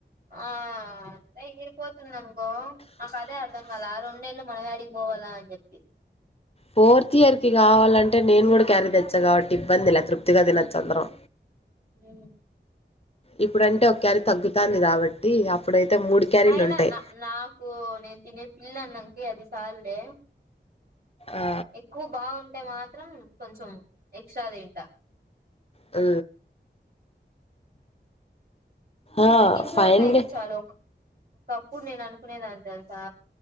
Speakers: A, on the right (about 55°); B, on the left (about 30°).
A: ఆ అ ఎగిపోతుందనుకో నాకు అదే అర్థం కలే ఆ రెండు నెల్లు మనయాడికి పోవాలా అని చెప్పి
B: ఫోర్త్ ఇయర్ కావాలంటే నేను కూడా క్యారీ తెచ్చా కాబట్టి ఇబ్బందిలా తృప్తిగా తినోచ్చు అందరం
A: హు
B: ఇప్పుడంటే ఒక్యారీ తగ్గుతాంది కాబట్టి అప్పుడైతే మూడు క్యారీలు
A: అయినా
B: ఉంటాయి
A: నా నాకు నేను తినే పిల్లన్నంకి అది సాల్లే
B: ఆ
A: ఎక్కువ బాగుంటే మాత్రం కొంచెం ఎక్స్ట్రా తింటా
B: ఆ ఆ
A: నాకు ఇంట్లోద్
B: ఫైన్లీ
A: అయితే చాలు ఏప్పుడు నేను అనుకునేదాన్ని తెలుసా